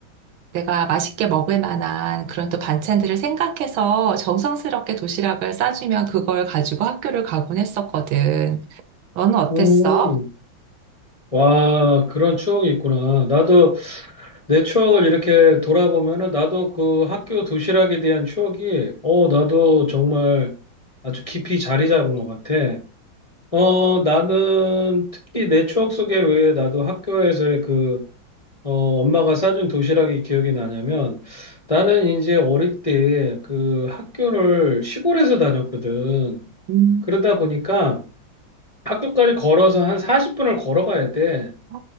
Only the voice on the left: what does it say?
음, 와, 그런 추억이 있구나. 나도 내 추억을 이렇게 돌아보면은 나도 그 학교 도시락에 대한 추억이, 어, 나도 정말 아주 깊이 자리 잡은 것 같아. 어, 나는 특히 내 추억 속에 왜 나도 학교에서의 그, 어, 엄마가 싸준 도시락이 기억이 나냐면 나는 이제 어릴 때 그 학교를 시골에서 다녔거든.
그러다 보니까 학교까지 걸어서 한 40분을 걸어가야 돼.